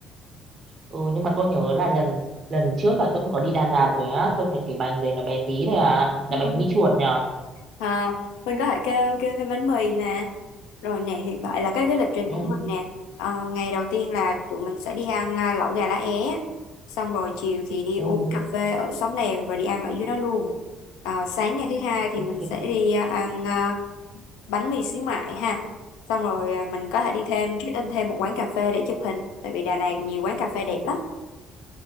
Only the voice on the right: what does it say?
ừ nhưng mà tôi nhớ là lần lần trước là tôi cũng có đi Đà Lạt rồi á. Tôi thấy cái bánh đấy nó bé tí thôi à. Là
bánh mì chuột nhỉ?
ừ
ừ
ok